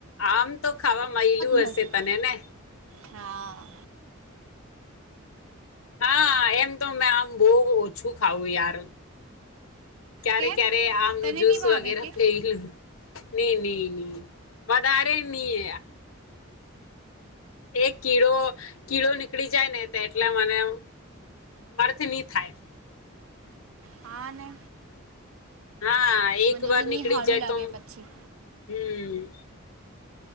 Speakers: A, on the left; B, on the right.
A: આમ તો ખાવા મળલું
B: મજા
A: હશે તને ને
B: હા
A: હા, એમ તો મેં આમ બહ ઓછું ખાવું યાર ક્યારે
B: કેમ
A: ક્યારે આમ
B: તને
A: ન જુસ
B: નહીં ભાવે
A: વગેરે
B: કે
A: ફેલું નહી નહી નહી વધારે નહી, એ એક કીડો કીડો નીકળી જાય ને એટલે મને મર્થ નહી, થાય
B: હા ને
A: હા એક
B: મને
A: વાર
B: બી
A: નીકળી
B: નહીં સારું
A: જાય
B: લાગે
A: તોમ
B: પછી
A: હમ્મ હમ્મ